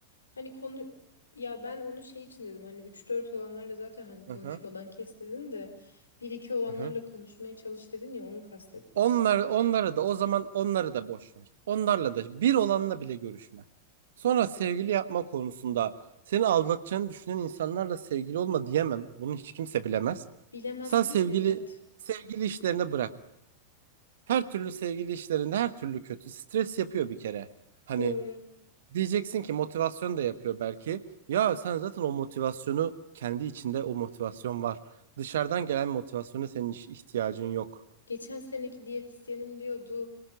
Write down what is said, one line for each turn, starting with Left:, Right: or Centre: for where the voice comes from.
Left: Hani konu ya ben onu şey için dedim hani üç dört olanlarla zaten hani konuşmadan
Right: Hı hı.
Left: kes dedin de bir iki olanlarla
Right: Hı hı.
Left: konuşmaya çalış dedin ya onu kastetmiş.
Right: Onlar, onları da o zaman onları da boş ver. Onlarla da bir olanla bile görüşme. Sonra sevgili yapma konusunda seni aldatacağını düşünen insanlarla sevgili olma diyemem. Bunu hiç kimse bilemez.
Left: Bilemezsin
Right: Sen sevgili
Left: ki evet
Right: sevgili işlerini bırak. Her türlü sevgili işlerinde her türlü kötü. Stres yapıyor bir kere. Hani
Left: doğru.
Right: diyeceksin ki motivasyon da yapıyor belki. Ya sen zaten o motivasyonu kendi içinde o motivasyon var. Dışarıdan gelen motivasyona senin iş- ihtiyacın yok.
Left: Geçen seneki diyetisyenim diyordu